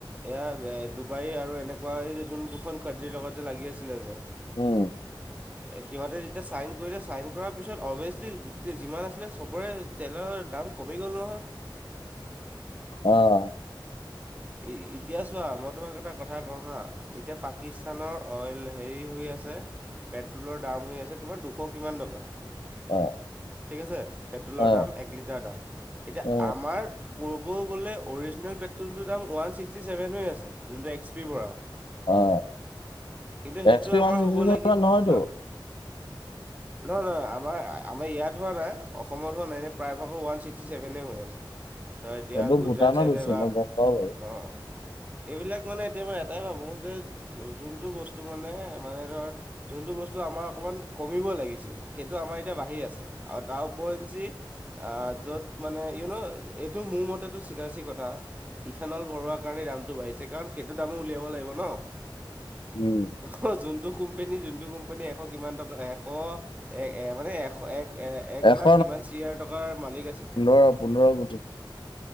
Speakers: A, on the right (about 20°); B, on the left (about 75°).
A: এয়া ডুবাই আৰু এনেকুৱা এই যে যোন দুখন কানট্ৰীৰ লগত যে লাগি আছিলে যে
B: উম,
A: এ সিহঁতে যেতিয়া ছাইন কৰিলে ছাইন কৰাৰ পিছত অভিয়েচলি গোটেই যিমান আছিলে চবৰে তেলৰ দাম কমি গ'ল নহয়?
B: অ',
A: ই - ইতিয়া চোৱা মই তোমাক এটা কথা কওঁ হা এতিয়া পাকিস্তানৰ অইল হেৰি হৈ আছে পেট্ৰলৰ দাম হৈ আছে তোমাৰ দুশ কিমান টকা।
B: অ',
A: ঠিক আছে পেট্ৰলৰ
B: অ',
A: দাম এক লিটাৰৰ দাম এতিয়া
B: অ',
A: আমাক ক'ব গ'লে অৰিজনেল পেট্ৰলটোৰ দাম ওৱান ছিক্সটি চেভেন হৈ আছে যোনটো এক্স পি ভৰাও
B: অ',
A: কিন্তু সেইটো
B: এক্স পি ওৱান
A: আমাৰ
B: ছিক্সটি
A: হ'ব
B: চেভেন
A: লাগি ন'
B: নহয়তো,
A: নহয়-নহয় আমাৰ-আমাৰ ইয়াত হোৱা নাই অসমত হোৱা নাই এনেই প্ৰায়ভাগৰ ওৱান ছিক্সটি ছেভেনেই হৈ আছে।
B: <inaudible>
A: ত‌ই এতিয়া গুজৰাট
B: ভূটানত
A: ছাইডে
B: হৈছে
A: বা
B: মই গম পাওঁ বাৰু।
A: অ, এইবিলাক মানে এতিয়া মই এটাই ভাবোঁ যে যোনটো বস্তু মানে-মানে ধৰ যোনটো বস্তু আমাৰ অকমান কমিব লাগিছিলে সেইটো আমাৰ এতিয়া বাঢ়ি আছে। আৰু তাৰ ওপয়েঞ্চি আহ, য'ত মানে ইউনো এইটো মোৰ মতেটো চিধাচিধি কথা ইথানল ভৰোৱা কাৰণে দামটো বাঢ়িছে কাৰণ সেইটো দামো উলিয়াব লাগিব ন'?
B: উম,
A: অহ, যোনটো কোম্পেনী -যোনটো কোম্পেনী এশ কিমান টকা এশ এ - এ মানে এশ এক এ এক
B: এশ
A: লাখ কিমান চিয়াৰ টকাৰ মালিক আছিলে।
B: অ, পোন্ধৰ কোটি।